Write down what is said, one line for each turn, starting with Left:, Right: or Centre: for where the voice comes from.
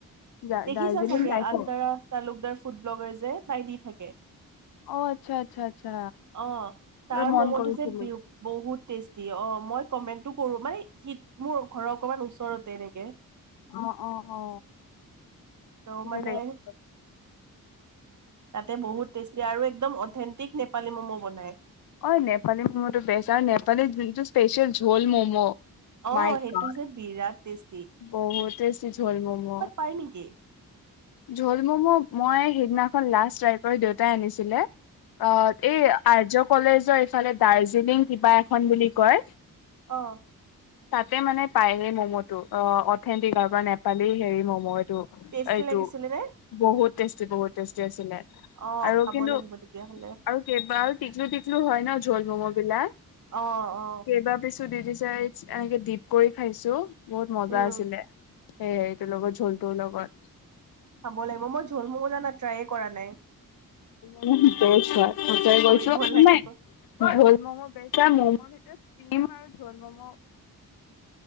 Left: দা
Right: দেখিছা
Left: দাৰ্জিলিং
Right: চাগে
Left: টাইপৰ
Right: আন্তৰা তালুকদাৰ ফুড ব্লগাৰ যে তাই দি থাকে
Left: অ আচ্ছা আচ্ছা আচ্ছা
Right: অ তাৰ
Left: এ মন
Right: ম'ম'টো
Left: কৰিছিলো
Right: যে বিউ বহুত টেষ্টি অ মই কমেন্টটো কৰো মানে সি মোৰ ঘৰৰ অকমান ওচৰতে এনেকে
Left: অ অ অ
Right: ত
Left: তেতিয়া
Right: মানে তাতে বহুত টেষ্টি আৰু একদম অৰ্থেন্টিক নেপালী ম'ম' বনায়
Left: অ নেপালী মমো টো বেচ আৰু নেপালী যোনটো স্পেচিয়েল জোল মম'
Right: অ
Left: মাই
Right: সেইটো
Left: গড
Right: যে বিৰাট টেষ্ট।
Left: বহুত টেষ্টি জোল ম'ম'
Right: পাই নেকি
Left: ঝোল মম' মই সিদিনাখন লাষ্ট ট্ৰাই কৰি দেউতাই আনিছিলে অ এই আইজক কলেজৰ এইফালে দাৰ্জিলিং কিবা এখন বুলি কয়
Right: অহ
Left: তাতে মানে পায় সেই মম অ অথেণ্টিক আৰু নেপালী হেৰি মম' টো
Right: টেষ্টি
Left: এইটো
Right: লাগিছিলে নে
Left: বহুত টেষ্টি বহত টেষ্টি আছিলে।
Right: অ
Left: আৰু
Right: খাব
Left: কিন্তু
Right: লাগিব তেতিয়াহ'লে
Left: আৰু কেইডাল টিকলু টিকলু হয় ন জোল ম'ম' বিলাক
Right: অ অ
Left: কেইবা পিছ ও দি দিছে ফেন্স ডিগবৈত খাইছো বহুত মজা
Right: উম
Left: আছিলে সেটো লগত ঝোলটো লগত
Right: খাব লাগিব মই ঝুল মোলা জানা ট্ৰায়ে কৰা নাই
Left: বেষ্ট হয় অ ত গৈছ
Right: কৰিব লাগিব
Left: নাই ভ ম'মো বেষ্ট। ে <unintelligible> পিম আৰু ঢোল ম'ম'